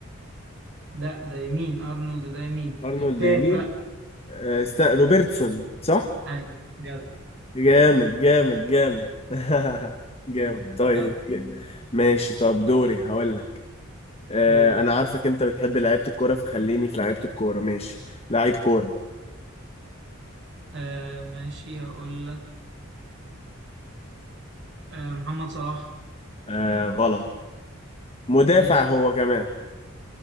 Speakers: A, on the right (about 60°); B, on the left (about 30°).
A: ده ده يمين ارنولد ده يمين
B: ارنولد
A: التاني
B: يمين
A: بقى
B: آه، استا- روبرتسون صح
A: ايوه جدع
B: جامد جامد جامد <laughs> جامد طيب
A: جدع
B: جامد. ماشي طب دوري هقول لك آه
A: قول
B: انا عارفك انت بتحب لعيبة الكورة فخليني في لعيبة الكورة ماشي لعيب كورة
A: آه ماشي اقول لك آه محمد صلاح
B: آه غلط مدافع
A: ماشي
B: هو كمان